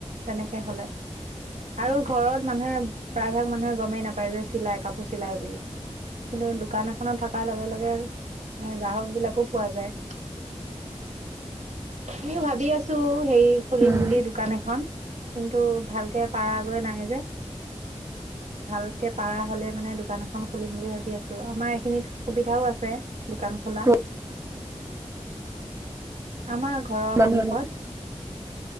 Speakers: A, on the right; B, on the right.
A: তেনেকে হ'লে আৰু। ঘৰত মানুহে প্ৰায়ভাগ মানুহে গমেই নাপায়, যে চিলাই কাপোৰ চিলাই বুলি কিন্তু দোকান এখনত থকাৰ লগে লগে গ্ৰাহক বিলাকো পোৱা যায়। মই ভাবি আছোঁ। হেৰি খুলিম
B: উম
A: বুলি দোকান এখন। কিন্তু ভালকে পাৰা গৈ নাই যে, ভালকে পাৰা হ'লে মানে দোকান এখন খুলিম বুলি ভাবি আছোঁ।
B: বহুত
A: আমাৰ ঘৰৰ
B: মানুহ
A: সন্মুখত